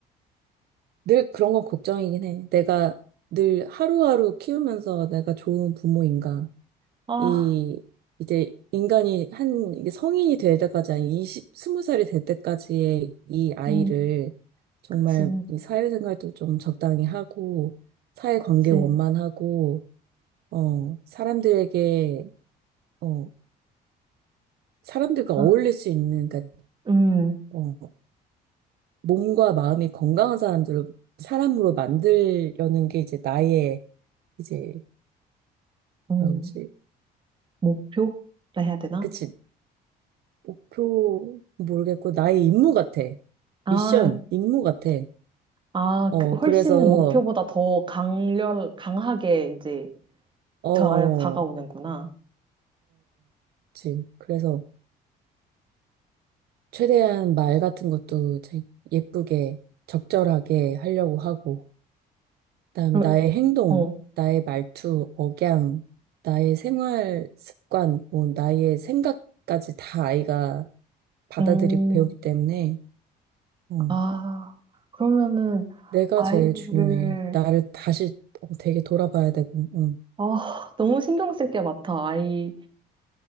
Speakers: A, on the right; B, on the right.
A: 늘 그런 건 걱정이긴 해. 내가 늘 하루하루 키우면서 내가 좋은 부모인가.
B: 아,
A: 이, 이제 인간이 한, 이게 성인이 될 때까지, 한 20, 스무 살이 될 때까지의 이 아이를
B: 음,
A: 정말
B: 그치,
A: 이 사회생활도 좀 적당히 하고, 사회관계
B: 그치.
A: 원만하고, 어, 사람들에게, 어, 사람들과
B: 아,
A: 어울릴 수 있는, 그러니까
B: 음,
A: 어, 몸과 마음이 건강한 사람들을 사람으로 만들려는 게 이제 나의 이제
B: 음,
A: 뭐라 그러지?
B: 목표라 해야 되나?
A: 그치 목표 모르겠고 나의 임무 같아.
B: 아,
A: 미션 임무 같아.
B: 아,
A: 어
B: 그 훨씬
A: 그래서
B: 목표보다 더 강렬, 강하게 이제
A: 어어
B: 다, 다가오는구나.
A: 그치 그래서 최대한 말 같은 것도 제- 예쁘게 적절하게 하려고 하고 그다음에
B: 그럼,
A: 나의 행동,
B: 어,
A: 나의 말투, 억양, 나의 생활 습관, 뭐 나의 생각까지 다 아이가 받아들이고
B: 음.
A: 배우기 때문에 어,
B: 아, 그러면은
A: 내가
B: 아이를
A: 제일 중요해. 나를 다시 어, 되게 돌아봐야 되고. 어.
B: 아, 너무 신경 쓸 게 많다. 아이